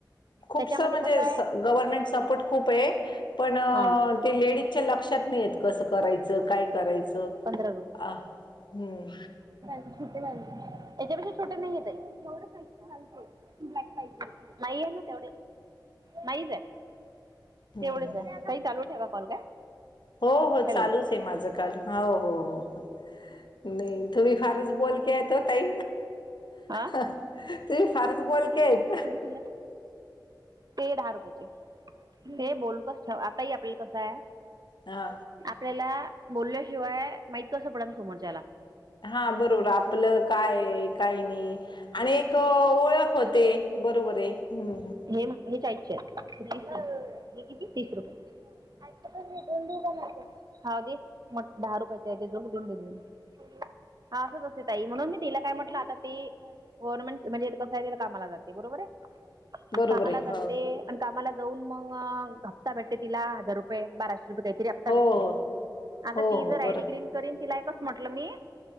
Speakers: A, on the left; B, on the right.
A: खूपसं
B: त्याच्यामध्ये
A: म्हणजे,
B: कसं आहे
A: स गव्हर्मेंट सपोर्ट खूप आहे, पण
B: हां
A: ते लेडीजच्या लक्षात नाहीयेत, कसं करायचं, काय करायचं.
B: पंधरा
A: आं, हम्म.
B: त्याच्यापेक्षा छोटे नाही आहे, ताई. ब्लॅक पाहिजे नाही, हे ना, तेवढे नाहीच आहे.
A: हम्म.
B: तेवढेच आहे ताई, चालू ठेवा कॉल काय.
A: हो हो,
B: हॅलो
A: चालूच आहे माझं कॉल. हाव, हो हो. नाही, तुम्ही फारचं बोलक्या आहेत हो ताई.
B: हां
A: हं, तुम्ही फारचं बोलक्या आहेत.
B: किती दिलं? ते दहा रुपयाचे. हे बोल, कसं आता हे आपल्याला कसं आहे?
A: हा
B: तेला बोलल्याशिवाय माहित कसं पडल समोरच्याला?
A: हां, बरोबर. आपलं काय आहे, काय नाही आणि एक ओळख होते. बरोबर हे. हम्म.
B: हेम, हे चाळीसच. हे किती? तीस रुपये. <unintelligible> दोन देऊ का मागं? हां, दे मग दहा रुपयाचा आहे, ते जोड दोन दे दोन. हां, असंच असतय ताई. म्हणून मी तिला काय म्हटलं, आता ते गव्हर्नमेंट म्हणजे <unintelligible> कामाला जात ते बरोबर आहे?
A: बरोबर
B: कामाला
A: आहे
B: जाते
A: हो
B: आणि कामाला जाऊन मग हप्ता भेटते. तिला हजार रुपये, बाराशे रुपये काहीतरी हफ्ता
A: हो
B: भेटते.
A: हो
B: आता
A: हो
B: ती
A: हो
B: जर आयडी
A: बरं
B: ग्रीन करीन. तिला एकच म्हटलं मी,